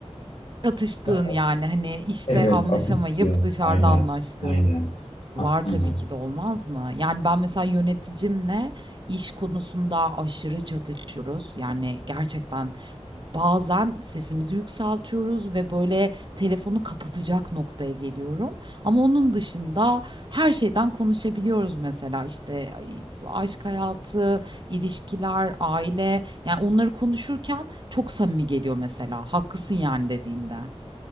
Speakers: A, on the right (about 45°); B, on the left (about 60°).
A: Çatıştığın,
B: ve-
A: yani, hani, işte,
B: evet
A: anlaşamayıp
B: atıştığın.
A: dışarıda
B: Aynen.
A: anlaştığın
B: Aynen.
A: var
B: Aynen.
A: tabii ki de, olmaz mı? Yani, ben mesela yöneticimle iş konusunda aşırı çatışıyoruz. Yani, gerçekten bazen sesimizi yükseltiyoruz ve, böyle, telefonu kapatacak noktaya geliyorum ama onun dışında her şeyden konuşabiliyoruz mesela. işte ay aşk hayatı, ilişkiler, aile, yani, onları konuşurken çok samimi geliyor mesela, "Haklısın, yani." dediğinde.